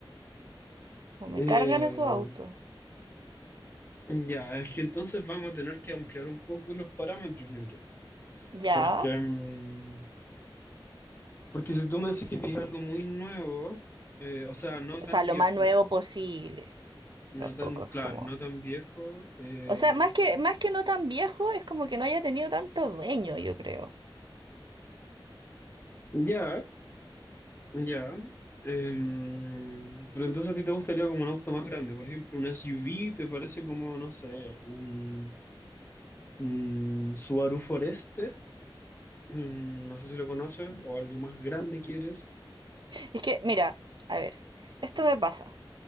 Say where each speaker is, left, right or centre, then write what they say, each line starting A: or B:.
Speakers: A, on the right (about 55°); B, on the left (about 25°).
A: O me
B: Eh,
A: cargan esos autos.
B: ya, es que entonces vamos a tener que ampliar un poco los parámetros, yo creo.
A: Ya.
B: Porque, mm, porque si tú me decís que es algo muy nuevo, eh, o sea, no
A: O
B: tan
A: sea, lo
B: viejo,
A: más nuevo posible.
B: no
A: Tampoco
B: tan,
A: es
B: claro,
A: como.
B: no tan viejo, eh,
A: O sea, más que, más que no tan viejo, es como que no haya tenido tanto dueño, yo creo.
B: ya, ya. Em, pero entonces a ti te gustaría como un auto más grande, por ejemplo, un SUV, ¿te parece como, no sé, un, un Subaru Forester? Mm, No sé si lo conoces o algo más grande quieres.
A: Es que, mira, a ver, esto me pasa.